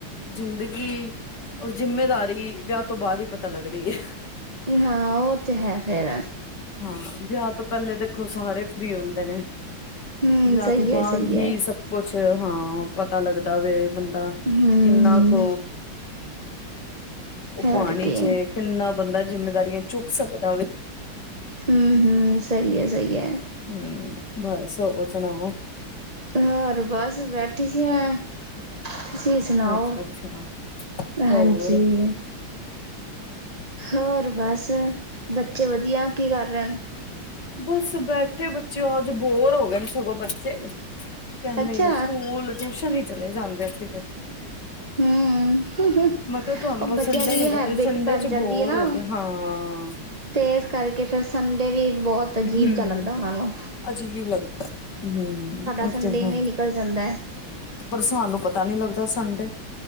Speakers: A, on the left; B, on the right.
A: ਜ਼ਿੰਦਗੀ ਔਰ ਜਿੰਮੇਦਾਰੀ ਵਿਆਹ ਤੋਂ ਬਾਅਦ ਹੀ ਪਤਾ ਲੱਗਦੀ ਏ।
B: ਹਾਂ ਉਹ ਤੇ ਹੈ ਖੇਰ
A: ਹਾਂ ਵਿਆਹ ਤੋਂ ਪਹਿਲੇ ਦੇਖੋ ਸਾਰੇ ਫਰੀ ਹੁੰਦੇ ਨੇ
B: ਹੂੰ
A: ਵਿਆਹ
B: ਸਹੀ
A: ਤੋਂ ਬਾਅਦ
B: ਹੈ ਸਹੀ
A: ਹੀ
B: ਹੈ
A: ਸਭ ਕੁਛ ਹਾਂ ਪਤਾ ਲੱਗਦਾ ਵੇ ਬੰਦਾ
B: ਹੂੰ
A: ਕਿੰਨਾ ਕ ਉਹ
B: ਹੋਰ
A: ਪਾਣੀ
B: ਕੀ
A: ਚੇ ਕਿੰਨਾ ਬੰਦਾ ਜਿੰਮੇਦਾਰੀਆਂ ਚੁੱਕ ਸਕਦਾ ਵੇ।
B: ਹੁੰ ਹੁੰ ਸਹੀ ਹੈ ਸਹੀ ਹੈ।
A: ਹੁ ਬਸ ਹੋਰ ਸੁਣਾਓ।
B: ਹੋਰ ਬਸ ਬੈਠੀ ਸੀ ਮੈਂ। ਤੁਸੀਂ ਸੁਣਾਓ
A: ਅੱਛਾ ਅੱਛਾ ਹੋਰ
B: ਹਾਂਜੀ। ਹੋਰ ਬਸ ਬੱਚੇ ਵਧੀਆ ਕੀ ਕਰ ਰਹੇ ਹਨ।
A: ਬਸ ਬੈਠੇ ਬੱਚੇ ਅੱਜ ਬੋਰ ਹੋ ਗਏ ਨੇ ਸਗੋਂ ਬੱਚੇ। ਕਹਿੰਦੇ
B: ਅੱਛਾ
A: ਸਕੂਲ ਟਿਊਸ਼ਨ ਹੀ ਚਲੇ ਜਾਂਦੇ ਅਸੀ ਤੇ।
B: ਹੁੰ। ਹੁੰ ਹੁੰ
A: ਮੈਂ ਕਿਹਾ ਤੁਹਾਨੂੰ
B: ਉਹ
A: ਬਸ
B: ਬੱਚਿਆਂ
A: ਸੰਡੇ
B: ਦੀ
A: ਮਿਲਦਾ
B: ਵੀ ਹੈਬਿਟ
A: ਤੁਸੀਂ ਸੰਡੇ
B: ਬਣ
A: ਚ
B: ਜਾਂਦੀ
A: ਬੋਰ
B: ਹੈ ਨਾ
A: ਹੋ ਗਏ ਹਾਂ
B: ਤੇ ਇਸ ਕਰਕੇ ਫਿਰ ਸੰਡੇ ਵੀ ਬਹੁਤ
A: ਹੁੰ।
B: ਸਾਨੂ
A: ਅਜੀਬ ਲੱਗਦਾ ਹੁੰ ਉਤੇ
B: ਸੰਡੇ
A: ਹੈ।
B: ਇਵੇਂ ਹੀ ਨਿਕਲ ਜਾਂਦਾ ਹੈ।
A: ਪਰ ਸਾਨੂੰ ਪਤਾ ਨੀ ਲੱਗਦਾ ਸੰਡੇ